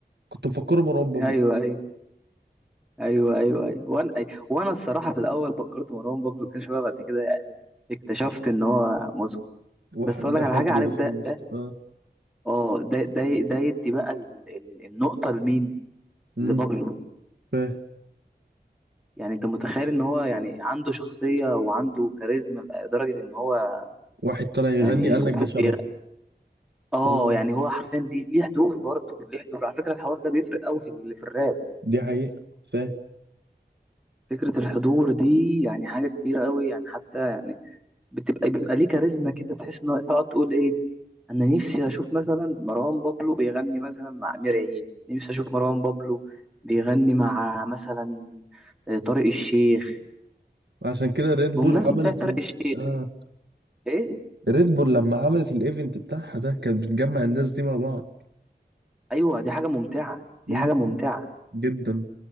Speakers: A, on the right; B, in the centre.
A: كنت مفكره مروان بابلو
B: ايوه ايوه ايوه ايوه ايوه وانا أي- وانا الصراحه في الاول فكرت مروان بابلو كده شويه بعد كده يعني اكتشفت ان هو موسكو
A: واحد
B: بس اقول لك
A: ده
B: على
A: حد
B: حاجه عارف
A: اسمه
B: ده
A: موسكو
B: ده
A: اه
B: اه ده ده ده يدي بقى ال- ال- النقطه لمين
A: امم
B: لبابلو
A: فاه
B: يعني انت متخيل ان هو يعني عنده شخصية وعنده كاريزما لدرجة ان هو
A: واحد طلع يغني
B: يعني
A: قال لك
B: واحد
A: ده شبهه
B: بيغ... اه
A: آه،
B: يعني هو حرفيا ليه ليه حضور برضه ليه حضور على فكرة الحوار ده بيفرق قوي في ال... في الراب
A: دي حقيقه فاه
B: فكرة الحضور دي يعني حاجة كبيرة قوي يعني حتى يعني بتبقى بيبقى ليه كاريزما كده تحس ان هو تقعد تقول ايه انا نفسي اشوف مثلا مروان بابلو بيغني مثلا مع امير عيد نفسي اشوف مروان بابلو بيغني مع مثلا آه، طارق الشيخ
A: عشان كده ريد
B: بمناسبة
A: بول عملت
B: ساعة طارق
A: ال-
B: الشيخ
A: اه
B: ايه
A: ريد بول لما عملت الايفنت بتاعها ده كانت بتجمع الناس دي مع بعض
B: ايوه دي حاجه ممتعه دي
A: امم
B: حاجه ممتعه
A: جدا